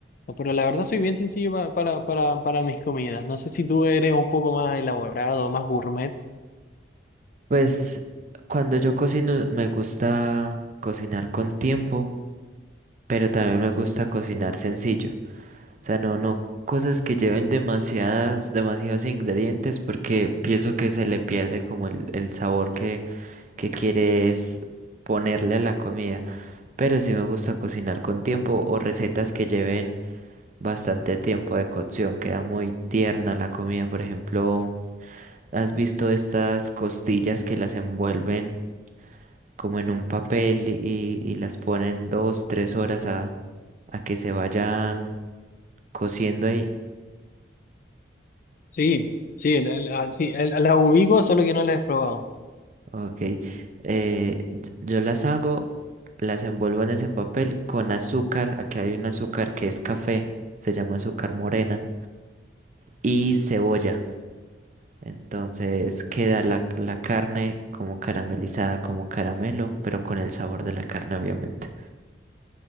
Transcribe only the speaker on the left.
pero la verdad soy bien sencillo pa- para, para, para mis comidas. No sé si tú eres un poco más elaborado, más gourmet.
Sí, sí, el- el- ah, sí, el- la ubico, solo que no la he probado.